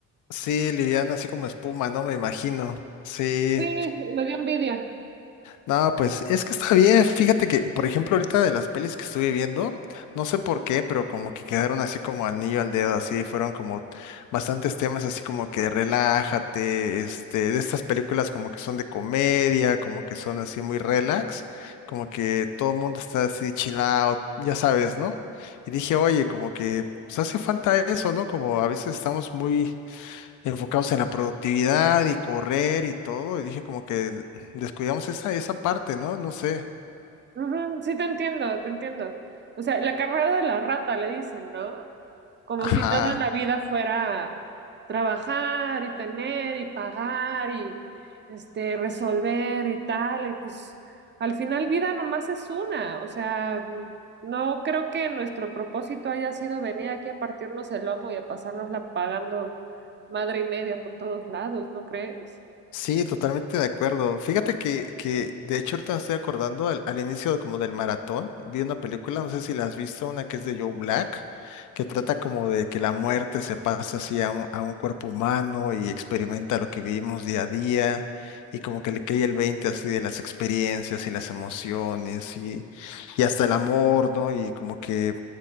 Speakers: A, on the left (about 80°); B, on the right (about 35°).
A: Sí, liviana, así como espuma, ¿no? Me imagino. Sí,
B: Sí, me dio envidia.
A: No, pues es que está bien. Fíjate que, por ejemplo, ahorita de las pelis que estuve viendo, no sé por qué, pero como que quedaron así como anillo al dedo, así fueron como bastantes temas así como que relájate, este, de estas películas como que son de comedia, como que son así muy relax, como que todo el mundo está así chill out, ya sabes, ¿no? Y dije, oye, como que pues hace falta eso, ¿no? Como a veces estamos muy enfocados en la productividad y correr y todo, y dije como que descuidamos esa, esa parte, ¿no? No sé.
B: Ujú, sí, te entiendo, te entiendo. O sea, la carrera de la rata, le dicen, ¿no? Como
A: Ajá.
B: si toda la vida fuera trabajar y tener y pagar y este, resolver y tal. Y pues al final vida nomás es una. O sea, no creo que nuestro propósito haya sido venir aquí a partirnos el lomo y a pasárnosla pagando madre y media por todos lados, ¿no crees?
A: Sí, totalmente de acuerdo. Fíjate que, que de hecho ahorita me estoy acordando al, al inicio como del maratón, vi una película, no sé si la has visto, una que es de Joe Black, que trata como de que la muerte se pasa así a un, a un cuerpo humano y experimenta lo que vivimos día a día y como que le cae el 20 así de las experiencias y las emociones y, y hasta el amor, ¿no? Y como que,